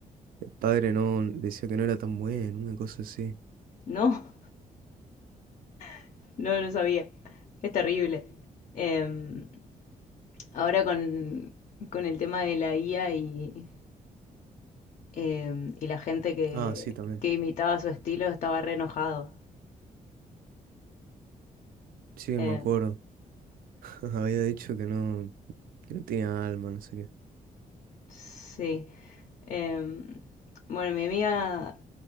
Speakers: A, on the right (about 80°); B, on the left (about 50°).
A: el padre no decía que no era tan bueno, una cosa así.
B: No, <laughs> no, lo sabía. Es terrible. Em, ahora con, con el tema de la IA y, em, y la gente que,
A: Ah, sí, también.
B: que imitaba su estilo estaba re enojado.
A: Sí,
B: Em,
A: me acuerdo. Ajá, Había dicho que no, que no tenía alma, no sé qué.
B: sí. Em, bueno, mi amiga